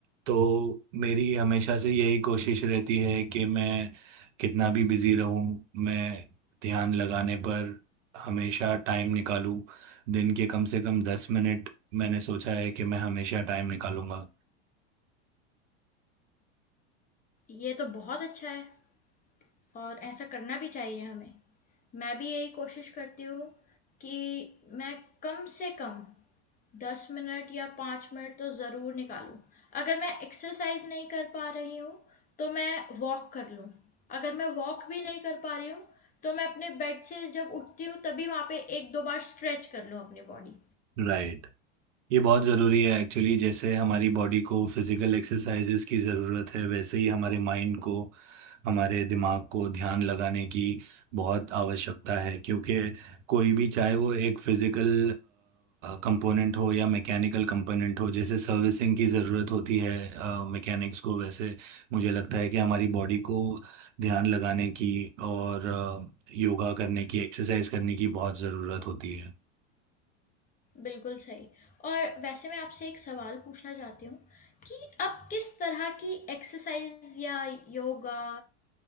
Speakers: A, on the right (about 85°); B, on the left (about 25°).
A: तो मेरी हमेशा से यही कोशिश रहती है कि मैं कितना भी बिज़ी रहूँ, मैं ध्यान लगाने पर हमेशा टाइम निकालूँ। दिन के कम से कम 10 मिनट मैंने सोचा है कि मैं हमेशा टाइम निकालूँगा।
B: ये तो बहुत अच्छा है और ऐसा करना भी चाहिए हमें। मैं भी यही कोशिश करती हूँ कि मैं कम से कम 10 मिनट या 5 मिनट तो ज़रूर निकालूं। अगर मैं एक्सरसाइज नहीं कर पा रही हूँ तो मैं वॉक कर लूँ। अगर मैं वॉक भी नहीं कर पा रही हूँ तो मैं अपने बेड से जब उठती हूँ तभी वहाँ पे 1-2 बार स्ट्रेच कर लूँ अपनी बॉडी।
A: राइट। ये बहुत ज़रूरी है एक्चुअली जैसे हमारी बॉडी को फिज़िकल एक्सरसाइजेज़ की ज़रूरत है वैसे ही हमारे माइंड को हमारे दिमाग को ध्यान लगाने की बहुत आवश्यकता है क्योंकि कोई भी चाहे वो एक फिज़िकल कंपोनेंट हो या मैकेनिकल कंपोनेंट हो जैसे सर्विसिंग की ज़रूरत होती है मैकेनिक्स को वैसे मुझे लगता है कि हमारी बॉडी को ध्यान लगाने की और अ, योगा करने की एक्सरसाइज करने की बहुत ज़रूरत होती है
B: बिल्कुल सही। और वैसे मैं आपसे एक सवाल पूछना चाहती हूँ कि आप किस तरह की एक्सरसाइज़ या योगा